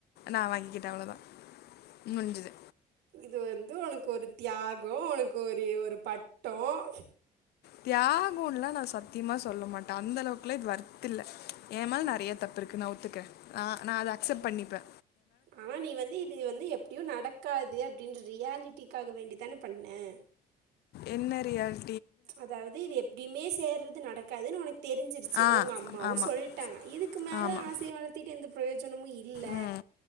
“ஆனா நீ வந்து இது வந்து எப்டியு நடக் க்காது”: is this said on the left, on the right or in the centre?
Right